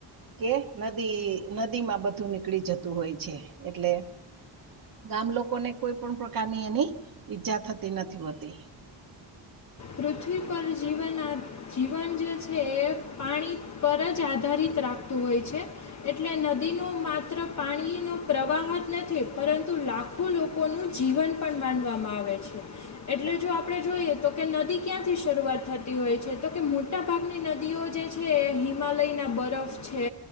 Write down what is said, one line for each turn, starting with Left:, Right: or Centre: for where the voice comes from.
Right: કે નદી નદી માં બધું નીકળી જતું હોય છે એટલે ગામ લોકો ને કોઈ પણ પ્રકારની એની ઈજા થતી નથી હોતી.
Left: પૃથ્વી પર જીવન આ જીવન જે છે એ પાણી પર જ આધારિત રાખતું હોય છે. એટલે નદીનો માત્ર પાણીનો પ્રવાહ જ નથી પરંતુ લાખ ખું લોકોનું જીવન પણ માનવામાં આવે છે એટલે જો આપણે જોઈએ તો કે નદી ક્યાંથી શરૂઆત થતી હોય છે તો કે મોટાભાગની નદીઓ જે છે હિમાલયના બરફ છે